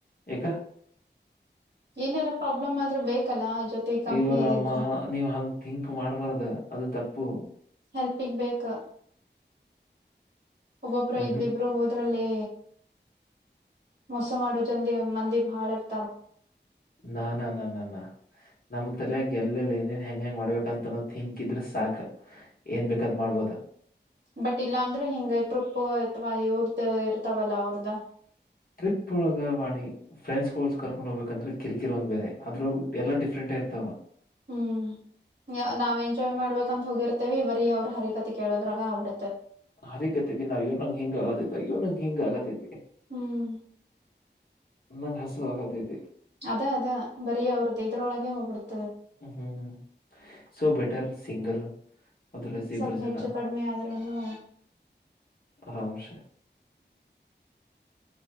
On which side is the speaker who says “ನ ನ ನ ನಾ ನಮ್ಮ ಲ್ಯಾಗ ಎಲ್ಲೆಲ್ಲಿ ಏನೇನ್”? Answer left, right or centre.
Left